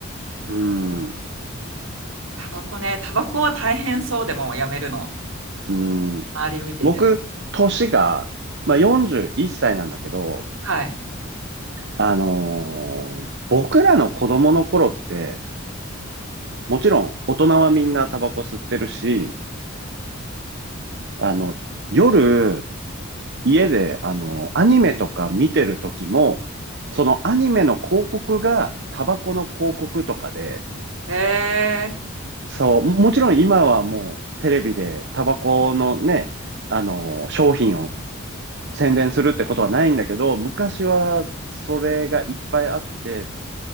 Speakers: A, on the right; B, on the right.
A: うん、
B: タバコね。タバコは大変そうでもやめるの。
A: うん。
B: 周り見てても。
A: 僕、年が、まあ、41歳なんだけど、
B: はい。
A: あのー僕らの子供の頃って、もちろん大人はみんなタバコ吸ってるし、あの、夜、家で、あの、アニメとか見てる時も、そのアニメの広告がタバコの広告とかで、
B: えー、
A: そう、ももちろん今はもうテレビでタバコのね、あの、商品を宣伝するってことはないんだけど、昔はそれがいっぱいあって、